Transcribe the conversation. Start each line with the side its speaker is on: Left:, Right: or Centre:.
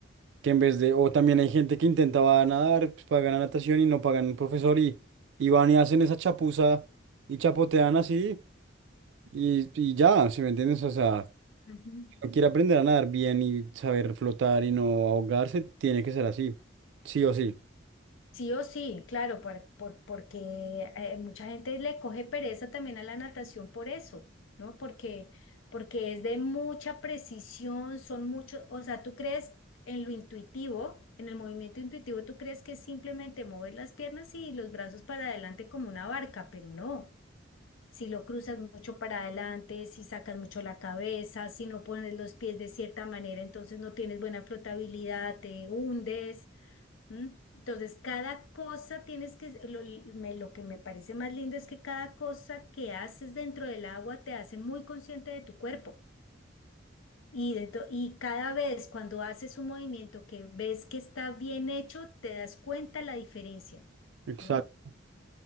Right: que en vez de, o también hay gente que intentaba nadar, pues pagan la natación y no pagan un profesor y, y van y hacen esa chapuza y chapotean así y, y ya, ¿sí me entiendes? O sea,
Left: Ujú.
Right: si uno quiere aprender a nadar bien y saber flotar y no ahogarse, tiene que ser así, sí o sí.
Left: Sí o sí, claro, por- por- porque eh, mucha gente le coge pereza también a la natación por eso, ¿no? Porque, porque es de mucha precisión, son muchos, o sea, tú crees en lo intuitivo, en el movimiento intuitivo, tú crees que es simplemente mover las piernas y los brazos para adelante como una barca, pero no. Si lo cruzas mucho para adelante, si sacas mucho la cabeza, si no pones los pies de cierta manera, entonces no tienes buena flotabilidad, te hundes. ¿m? Entonces, cada cosa tienes que, lo, me- lo que me parece más lindo es que cada cosa que haces dentro del agua te hace muy consciente de tu cuerpo. Y, de to- y cada vez cuando haces un movimiento que ves que está bien hecho, te das cuenta la diferencia,
Right: Exacto.
Left: ¿no?